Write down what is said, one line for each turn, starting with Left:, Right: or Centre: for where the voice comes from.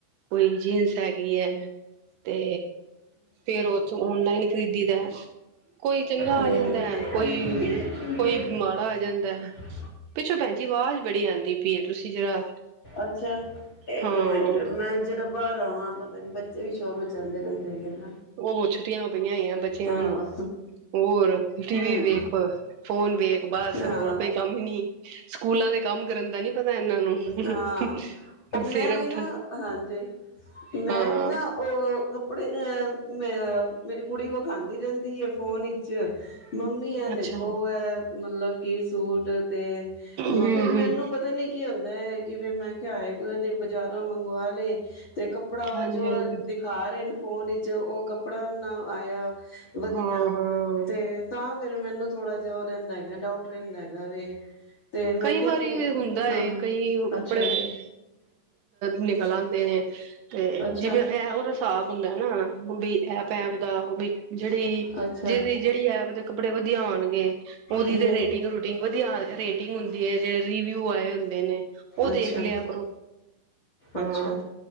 Right: ਕੋਈ ਜੀਨਸ ਹੈਗੀ ਹੈ। ਤੇ ਫੇਰ ਉਥੋਂ ਔਨਲਾਈਨ ਖਰੀਦੀ ਦਾ ਕੋਈ, ਚੰਗਾ
Left: ਹਮ
Right: ਆ ਜਾਂਦਾ ਹੈ, ਕੋਈ
Left: ਹਮ
Right: ਕੋਈ ਮਾੜਾ ਆ ਜਾਂਦਾ।
Left: <unintelligible>
Right: ਪਿੱਛੋਂ ਭੈਣ ਜੀ ਆਵਾਜ਼ ਬੜੀ ਆਉਂਦੀ ਪਈ ਹੈ ਤੁਸੀਂ ਜਰਾ
Left: ਅੱਛਾ, ਇੱਕ
Right: ਹਾਂ
Left: ਮਿੰਟ ਮੈਂ ਜਿਹੜਾ, ਬਾਹਰ ਆਵਾਂ ਪਤਾ ਨੀ, ਬੱਚੇ ਵੀ ਸ਼ੋਰ ਮਚਾਦੇ ਰਹਿੰਦੇ ਨੇ
Right: ਉਹ ਛੁੱਟੀਆਂ ਪਈਆਂ ਹੀ ਆ ਬੱਚਿਆਂ
Left: ਹਾਂ
Right: ਨੂੰ, ਹੋਰ ਟੀ
Left: ਹਮ
Right: ਵੀ ਵੇਖ ਫੋਨ ਵੇਖ ਬਸ
Left: ਹਾਂ
Right: ਹੋਰ ਕੋਈ ਕੰਮ, ਨ ਸਕੂਲਾਂ ਦੇ ਕੰਮ ਕਰਨ ਦਾ ਨੀ ਪਤਾ, ਇਹਨਾਂ ਨੂੰ ਸਵੇਰੇ
Left: ਹਾਂ, ਉਹ ਮੈਂ ਵੀ
Right: ਉੱਠਣ
Left: ਨਾ ਹਾਂਜੀ ਮੈਂ
Right: ਹਾਂ
Left: ਵੀ ਨਾ ਉਹ ਆ ਮੇਰੀ ਕੁੜੀ ਵਿਖਾਦੀ ਰਹਿੰਦੀ ਹੈ, ਫੋਨ ਵਿੱਚ ਮੰਮੀ ਇਹ ਦੇਖੋ
Right: ਅੱਛਾ ਹਮ
Left: ਐ, ਮਤਲਬ ਕਿ ਸੂਟ ਤੇ
Right: ਹਮ
Left: ਫੇਰ ਮੈਨੂੰ ਪਤਾ ਨੀ ਕੀ ਹੁੰਦਾ ਹੈ। ਕਿਵੇ ਮੈਂ ਕਿਹਾ, ਆਏ ਕਦੇ ਬਾਜ਼ਾਰੋਂ ਮੰਗਵਾ ਲਏ ਤੇ ਕੱਪੜਾ
Right: ਹਾਂਜੀ
Left: ਜੋ
Right: ਹਾਂਜੀ
Left: ਦਿਖਾ ਰਹੇ ਨੇ ਫੋਨ ਵਿੱਚ ਉਹ ਕੱਪੜਾ ਨਾ ਆਇਆ, ਵਧੀਆ
Right: ਹਾਂ ਹਾਂ
Left: ਤੇ ਤਾਂ ਫਿਰ ਮੈਨੂੰ ਥੋੜਾ ਜਾ ਓਹ ਰਹਿੰਦਾ, ਡਾਊਟ ਰਹਿੰਦਾ ਹੈਗਾ ਵੇ ਤੇ ਮੈਂ
Right: ਕਈ
Left: ਕਿਹਾ
Right: ਵਾਰੀ
Left: ਚੱਲ
Right: ਹੁੰਦਾ
Left: ਹਾਂ
Right: ਹੈ, ਕਈ ਕੱਪੜੇ
Left: ਅੱਛਾ,
Right: ਨਿਕਲ ਦੇ ਨੇ ਤੇ
Left: ਅੱਛਾ,
Right: ਜਿਵੇਂ, ਇਹ ਉਹਦਾ ਹਿਸਾਬ ਹੁੰਦਾ ਨਾ ਵੀ ਇਹ ਪੈਪ ਦਾ ਉਹ ਵੀ ਜਿਹੜੇ ਦੀ
Left: ਅੱਛਾ
Right: ਜਿਹਦੀ ਜਿਹੜੀ ਐਪ ਦੇ ਕੱਪੜੇ ਵਧੀਆ ਆਣਗੇ, ਉਹਦੀ
Left: ਹੂੰ,
Right: ਤੇ ਰੇਟਿੰਗ ਰੂਟਿੰਗ ਵਧੀਆ ਰੇਟਿੰਗ ਹੁੰਦੀ ਹੈ, ਜਿਹੜੇ ਰਿਵਿਊ ਆਏ ਹੁੰਦੇ ਨੇ ਉਹ
Left: ਅੱਛਾ,
Right: ਦੇਖ ਲਿਆ ਕਰੋ। ਹਾਂ
Left: ਅੱਛਾ,